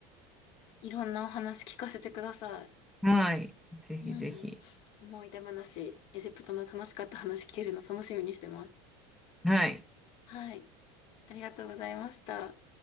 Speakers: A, on the left; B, in the centre.
A: いろんなお話聞かせてください。
B: はい。ぜひぜひ。
A: うん。思い出話、エジプトの楽しかった話聞けるの楽しみにしてます。
B: はい。
A: はい。ありがとうございました。